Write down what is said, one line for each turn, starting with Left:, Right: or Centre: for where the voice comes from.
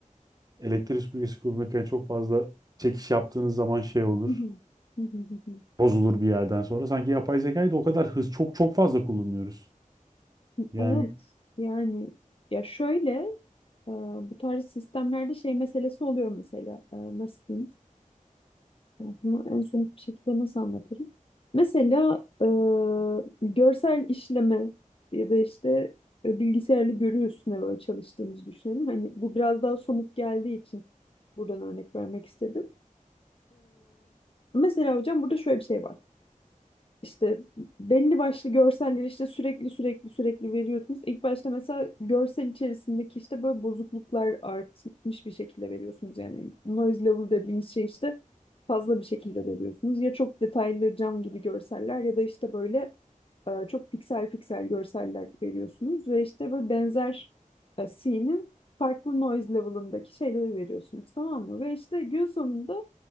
Right: elektrik süpürgesi kullanırken çok fazla çekiş yaptığınız zaman şey olur.
Left: <laughs>
Right: Bozulur bir yerden sonra. Sanki yapay zekayı da o kadar hız çok çok fazla kullanıyoruz. Yani
Left: Evet yani ya şöyle Ee, bu tarz sistemlerde şey meselesi oluyor mesela. Ee, nasıl diyeyim? Yani Bunu en son bir şekilde nasıl anlatırım? Mesela e, görsel işleme ya da işte e, bilgisayarlı görü üstüne böyle çalıştığımızı düşünelim. Hani bu biraz daha somut geldiği için buradan örnek vermek istedim. Ee, mesela hocam burada şöyle bir şey var. İşte belli başlı görselleri işte sürekli sürekli sürekli veriyorsunuz. İlk başta mesela görsel içerisindeki işte böyle bozukluklar artmış bir şekilde veriyorsunuz. Yani noise level dediğimiz şey işte fazla bir şekilde veriyorsunuz. Ya çok detaylı cam gibi görseller ya da işte böyle e, çok piksel piksel görseller veriyorsunuz. Ve işte böyle benzer e, scene'in farklı noise level'ındaki şeyleri veriyorsunuz tamam mı? Ve işte gün sonunda